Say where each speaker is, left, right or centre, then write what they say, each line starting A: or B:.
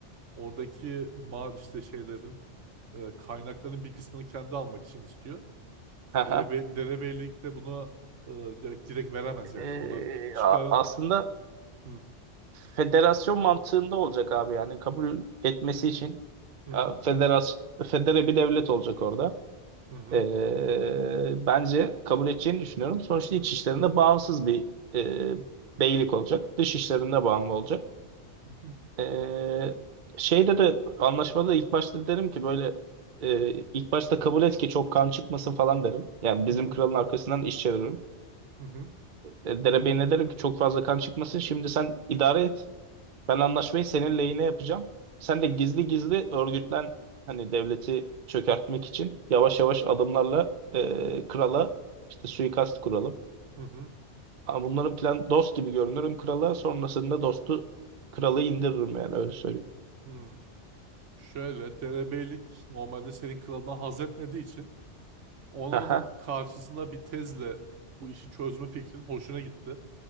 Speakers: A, on the right; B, on the right.
A: Oradaki ma işte şeylerin e, kaynakların bir kısmını kendi almak için istiyor.
B: <laughs>
A: Derebe derebeylik de bunu e, direkt, direkt veremez yani.
B: Ee,
A: Ona çıkar
B: a- aslında
A: Hı
B: federasyon mantığında olacak abi yani kabul etmesi için
A: hı
B: a,
A: hı
B: federas federe bir devlet olacak orada.
A: hı hı
B: Ee, bence kabul edeceğini düşünüyorum. Sonuçta iç işlerinde bağımsız bir e, beylik olacak. Dış işlerinde bağımlı olacak.
A: hı
B: Ee, şeyde de anlaşmada da ilk başta derim ki böyle e, ilk başta kabul et ki çok kan çıkmasın falan derim. Yani bizim
A: hı hı
B: kralın arkasından iş çeviririm.
A: hı
B: E, derebeyi ne derim ki çok fazla kan çıkmasın. Şimdi sen idare et. Ben anlaşmayı senin lehine yapacağım. Sen de gizli gizli örgütlen hani devleti çökertmek için yavaş yavaş adımlarla e, krala işte suikast kuralım.
A: hı hı,
B: Ama bunların plan dost gibi görünürüm krala. Sonrasında dostu kralı indiririm yani öyle söyleyeyim.
A: hı. Şöyle derebeylik normalde senin kralına haz etmediği için onun
B: Aha.
A: karşısına bir tezle bu işi çözme fikrin hoşuna gitti.